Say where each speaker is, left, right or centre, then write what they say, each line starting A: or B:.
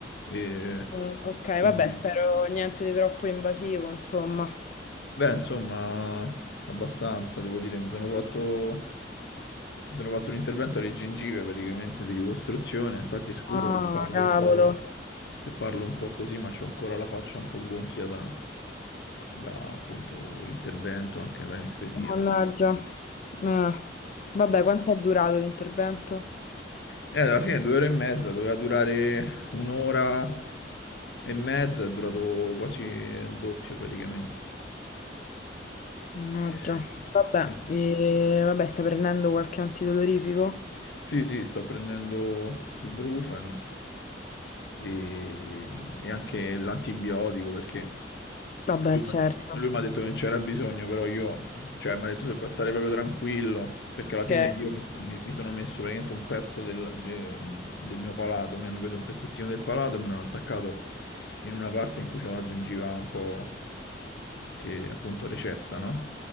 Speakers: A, on the left; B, on the left.
A: e
B: Mm, ok,
A: quindi,
B: vabbè, spero niente di troppo invasivo, insomma.
A: beh, insomma, abbastanza, devo dire, mi sono fatto mi sono fatto un intervento alle gengive praticamente di ricostruzione. Infatti, scusa
B: Ah,
A: se parlo
B: cavolo.
A: un po' se parlo un po' così, ma c'ho ancora la faccia un po' gonfia da da appunto l'intervento, anche l'anestesia.
B: Oh, Mannaggia. Ah. Vabbè, quanto è durato l'intervento?
A: E alla fine due ore e mezza, doveva durare un'ora e mezza, è durato quasi il doppio praticamente.
B: Mannaggia.
A: Eh,
B: Vabbè,
A: sì.
B: e- vabbè, stai prendendo qualche antidolorifico?
A: Sì, sì, sto prendendo il Brufen e, e anche l'antibiotico perché
B: Vabbè,
A: lui,
B: certo.
A: m'ha- lui mi ha detto che non c'era bisogno, però io, cioè, mi ha detto se puoi stare proprio tranquillo, perché
B: Ok.
A: alla fine io mi, sto- mi- mi sono messo praticamente un pezzo del, de- del mio palato, mi hanno preso un pezzettino del palato e me l'hanno attaccato in una parte in cui c'ho la gengiva un po' che appunto recessa, no?